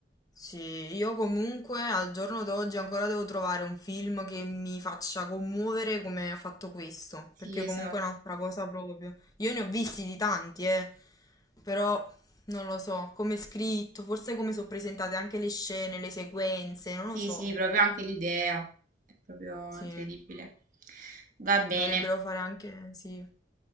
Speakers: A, on the left (about 20°); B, on the right (about 45°).
A: sì, io comunque al giorno d'oggi ancora devo trovare un film che mi faccia commuovere come ha fatto questo,
B: Sì,
A: perché
B: esatto.
A: comunque è un'altra cosa proprio. Io ne ho visti di tanti, eh, però non lo so, come è scritto, forse come sono presentate anche le scene, le sequenze, non
B: Sì,
A: lo so.
B: sì, proprio anche l'idea è proprio
A: Sì,
B: incredibile. Va bene,
A: dovrebbero fare anche, sì.